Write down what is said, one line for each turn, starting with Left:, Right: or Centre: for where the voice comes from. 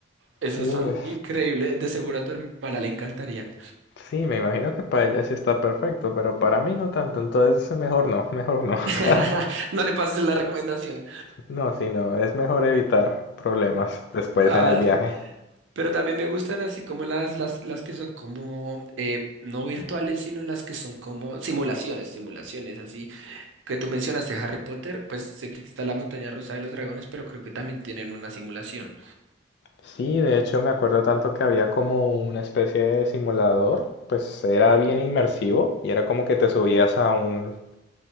Right: esas
Left: <laughs> Uy,
Right: son increíbles. De seguro a tu hermana le encantarían.
Left: sí, me imagino que para ella sí está perfecto, pero para mí no tanto, entonces mejor no, mejor no. <laughs>
Right: <laughs> No le pases la recomendación.
Left: No, sí, no, es mejor evitar problemas después
Right: Ah,
Left: en el viaje.
Right: pero también me gustan así como las, las, las que son como eh, no virtuales, sino las que son como simulaciones, simulaciones así. Que tú mencionaste Harry Potter, pues sé que está la montaña rusa de los dragones, pero creo que también tienen una simulación.
Left: Sí, de hecho me acuerdo tanto que había como una especie de simulador, pues era
Right: Ujú,
Left: bien inmersivo y era como que te subías a un,